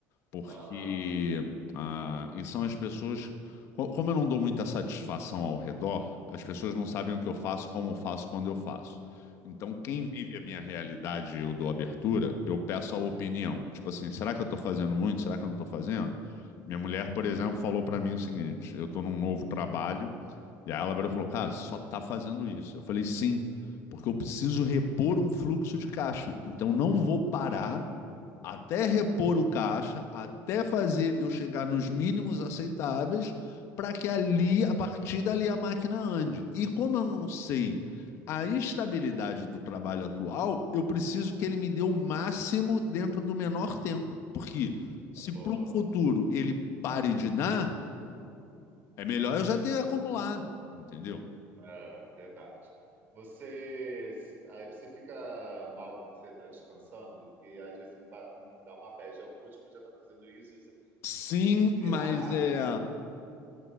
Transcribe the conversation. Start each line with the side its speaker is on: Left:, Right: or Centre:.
Left: Porque
Right: Aham.
Left: ah, e são as pessoas. co- Como eu não dou muita satisfação ao redor, as pessoas não sabem o que eu faço, como eu faço, quando eu faço. Então, quem
Right: Uhum.
Left: vive a minha realidade e eu dou abertura, eu peço a opinião. Tipo assim, será que eu estou fazendo muito? Será que eu não estou fazendo? Minha mulher, por exemplo, falou para mim o seguinte: eu estou num novo trabalho, e aí ela virou e falou, cara, só tá fazendo isso. Eu falei, sim, porque eu preciso repor um fluxo de caixa. Então, não vou parar
Right: É,
Left: até repor o caixa, até fazer eu chegar nos mínimos aceitáveis, para que ali, a partir dali, a máquina ande. E como eu não sei a estabilidade do trabalho atual, eu preciso que ele me dê o máximo dentro do menor tempo. Porque se
Right: tá
Left: para
Right: boa.
Left: o futuro ele pare de dar, é melhor eu já ter acumulado, entendeu?
Right: É, verdade. Você, aí você fica mal quando você está descansando, que às vezes me ba- me dá uma bad. Eu, putz, podia estar fazendo isso, isso.
Left: Sim,
Right: Tipo assim, tirar
Left: mas é.
Right: um,